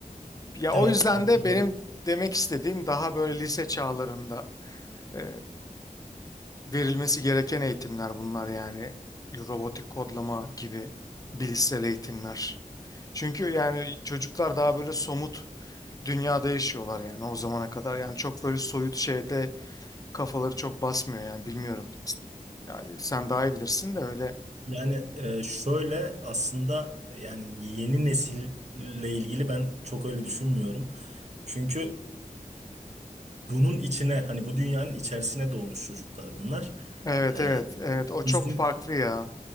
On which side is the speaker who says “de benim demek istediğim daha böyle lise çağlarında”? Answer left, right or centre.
Left